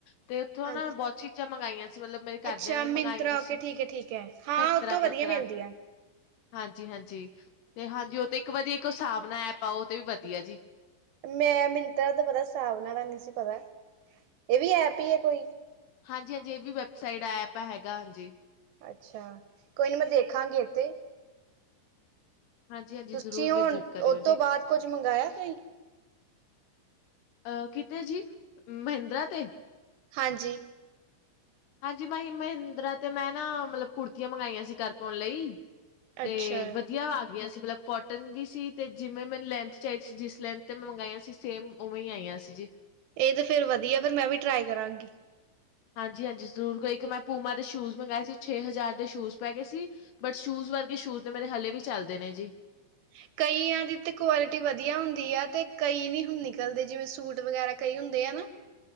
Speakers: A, on the left; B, on the right.
A: ਤੇ ਉਥੋਂ
B: ਹਾਂਜੀ
A: ਨਾ ਬਹੁਤ ਚੀਜ਼ਾਂ ਮੰਗਾਈਆਂ ਸੀ ਮਤਲਬ ਮੇਰੇ ਘਰਦਿਆਂ
B: ਅੱਛਾ
A: ਨੇ
B: ਮਿੰਤਰਾ
A: ਮੰਗਾਈਆਂ
B: ਓਕੇ
A: ਸੀ
B: ਠੀਕ ਹੈ ਠੀਕ ਹੈ ਹਾਂ
A: ਮਿੰਤਰਾ
B: ਉਹ ਤੋਂ
A: ਮਿੰਤਰਾ
B: ਵਧੀਆ ਮਿਲਦੀ ਆ
A: ਹਾਂਜੀ ਹਾਂਜੀ ਤੇ ਹਾਂਜੀ ਉਹ ਤੇ ਇੱਕ ਵਰੀ ਇੱਕ ਹ ਹਿਸਾਬ ਨਾ ਐਪ ਪਾਓ ਤੇ ਵੀ ਵਧੀਆ ਜੀ
B: ਮੈਂ ਮੰਤਰਾ ਤੋਂ ਪਤਾ, ਹਿਸਾਬ ਨਾਲ ਨਹੀਂ ਸੀ ਪਤਾ, ਇਹ ਵੀ ਐਪ ਹੀ ਹੈ ਕੋਈ
A: ਹਾਂਜੀ-ਹਾਂਜੀੇ ਇਹ ਵੀ ਵੈਬਸਾਈਟ ਐਪ, ਹੈਗਾ ਹਾਂਜੀ
B: ਅੱਛਾ, ਕੋਈ ਨੀ ਮੈਂ ਦੇਖਾਂਗੀ ਇੱਥੇ
A: ਹਾਂਜੀ-ਹਾਂਜੀ
B: ਤੁਸੀਂ
A: ਜ਼ਰੂਰ,
B: ਹੁਣ
A: ਵਿਜਿਟ ਕਰਿਓ
B: ਉਹ
A: ਜੀ
B: ਤੋਂ ਬਾਅਦ ਕੁਝ ਮੰਗਾਇਆ ਕੋਈ
A: ਅਹ ਕਿਤੇ ਜੀ ਮਹਿੰਦਰਾ ਤੇ <inaudible>
B: ਹਾਂਜੀ <unintelligible>
A: ਹਾਂਜੀ, ਮੈ ਮਹਿੰਦਰਾ ਤੇ ਮੈਂ ਨਾ, ਮਤਲਬ ਕੁੜਤੀਆਂ ਮੰਗਾਈਆਂ ਸੀ ਘਰ ਪਾਉਣ ਲਈ ਤੇ
B: ਅੱਛਾ
A: ਵਧੀਆ, ਆ ਗਿਆ ਸੀ? ਮਤਲਬ, ਕੋਟਨ ਵੀ ਸੀ, ਤੇ ਜਿਵੇਂ ਮੈਨੂੰ ਲੈਂਥ ਚਾਹੀਦੀ ਸੀ। ਜਿਸ ਲੈਂਥ ਤੇ ਮੈਂ ਮੰਗਆਂ ਸੀ ਸੇਮ ਉਵੇਂ ਹੀ ਆਈਆਂ ਸੀ ਜੀ
B: ਇਹ ਤੇ ਫੇਰ ਵਧੀਆ, ਫਿਰ ਮੈਂ ਵੀ ਟਰਾਈ ਕਰਾਂਗੀ
A: ਹਾਂਜੀ, ਹਾਂਜੀ ਜ਼ਰੂਰ ਕੋਈ ਇੱਕ ਮੈਂ ਪੂਮਾ ਦੇ ਸ਼ੂਜ ਮੰਗਵਾਏ ਸੀ, ਛੇ ਹਜ਼ਾਰ ਦੇ ਸ਼ੂਜ ਪੈ ਗਏ ਸੀ ਬੱਟ ਸ਼ੂਜ਼ ਉਸ ਵਰਗੇ ਸ਼ੂਜ ਨੇ ਮੇਰੇ ਹਲੇ ਵੀ ਚੱਲਦੇ ਨੇ ਜੀ
B: <inaudible> ਕਈਆਂ ਦੀ ਤੇ ਕੁਆਲਿਟੀ ਵਧੀਆ ਹੁੰਦੀ ਐ। ਤੇ ਕਈ ਨਹੀਂ ਹੁਣ ਨਿਕਲਦੇ ਜਿਵੇਂ ਸੂਟ ਵਗੈਰਾ ਕਈ ਹੁੰਦੇ ਆ ਨਾ। <inaudible>